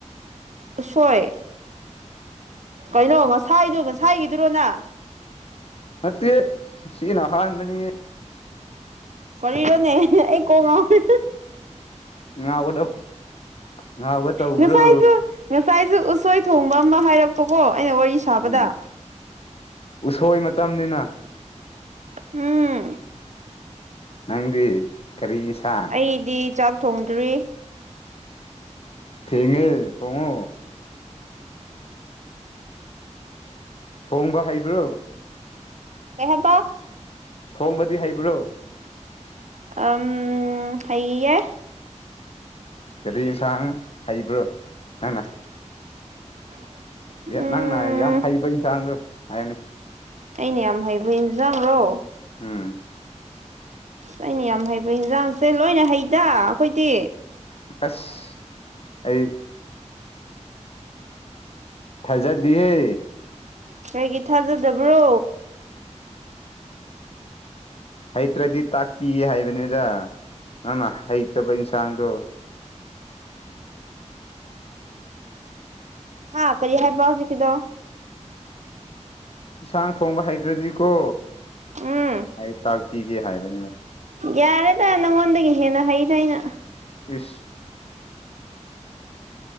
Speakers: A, on the right; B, on the left.
A: ꯎꯁꯣꯏ ꯀꯩꯅꯣ ꯉꯁꯥꯏꯗꯨ ꯉꯁꯥꯏꯒꯤꯗꯨꯔꯣꯅ
B: ꯅꯠꯇꯦ ꯁꯤ ꯅꯑꯍꯥꯟꯕꯅꯤ
A: ꯀꯔꯤꯔꯣꯅꯦ ꯑꯩ ꯀꯣꯛ ꯉꯥꯎꯋꯦ
B: ꯉꯥꯎꯕꯗꯣ ꯉꯥꯎꯕ ꯇꯧꯕ꯭ꯔꯣ
A: ꯉꯁꯥꯏꯁꯨ ꯉꯁꯥꯏꯁꯨ ꯎꯁꯣꯏ ꯊꯣꯡꯕ ꯑꯃ ꯍꯥꯏꯔꯛꯄꯀꯣ ꯑꯩꯅ ꯋꯥꯔꯤ ꯁꯥꯕꯗ
B: ꯎꯝ ꯎꯁꯣꯏ ꯃꯇꯝꯅꯤꯅ
A: ꯎꯝ
B: ꯅꯪꯗꯤ ꯀꯒꯥꯔꯤ ꯏ ꯁꯥꯥꯡ
A: ꯑꯦꯗꯤ ꯆꯥꯛ ꯊꯣꯡꯗ꯭ꯔꯤ
B: ꯊꯦꯡꯉꯦ ꯇꯣꯡꯉꯣ ꯍꯣꯡꯕ ꯍꯩꯕ꯭ꯔꯣ
A: ꯀꯩꯪ ꯍꯥꯏꯕ
B: ꯊꯣꯡꯕꯗꯤ ꯍꯩꯕ꯭ꯔꯣ
A: ꯑꯝ ꯍꯩꯌꯦ
B: ꯀꯥꯔꯤ ꯌꯦꯟꯁꯥꯡ ꯍꯩꯕ꯭ꯔꯣ ꯅꯪꯅꯥ
A: <unintelligible> ꯎꯝ
B: ꯌꯦꯠ ꯅꯪꯅ ꯌꯥꯝ ꯐꯩꯕꯩ ꯆꯥꯡꯗꯨ ꯍꯥꯏꯅꯦ
A: ꯑꯩꯅ ꯌꯥꯝ ꯍꯩꯕ ꯏꯟꯖꯥꯡꯔꯣ
B: ꯎꯝ
A: ꯑꯩꯅ ꯌꯥꯝ ꯍꯩꯕ ꯏꯟꯖꯥꯡꯁꯦ ꯂꯣꯏꯅ ꯍꯩꯗ ꯑꯈꯣꯏꯗꯤ
B: ꯑꯁ ꯑꯩ ꯊꯖꯥꯗꯤꯍꯦ
A: ꯀꯩꯒꯤ ꯊꯥꯖꯗꯕ꯭ꯔꯣ
B: ꯍꯩꯇ꯭ꯔꯗꯤ ꯇꯥꯛꯄꯤ ꯍꯥꯏꯕꯅꯤꯗ ꯅꯪꯅ ꯍꯩꯇꯕ ꯏꯟꯁꯥꯡꯗꯣ
A: ꯍꯥꯥ ꯀꯥꯔꯤ ꯍꯥꯏꯕ ꯍꯧꯖꯤꯛꯀꯤꯗꯣ
B: ꯏꯟꯁꯥꯡ ꯊꯣꯡꯕ ꯍꯩꯇ꯭ꯔꯗꯤꯀꯣ
A: ꯎꯝ
B: ꯑꯩ ꯇꯥꯛꯄꯤꯒꯦ ꯍꯥꯏꯕꯅꯦꯕ
A: ꯌꯥꯔꯦꯗ ꯅꯪꯉꯣꯟꯗꯒꯤ ꯍꯦꯟꯅ ꯍꯩꯩꯅ ꯑꯩꯅ
B: ꯏꯁ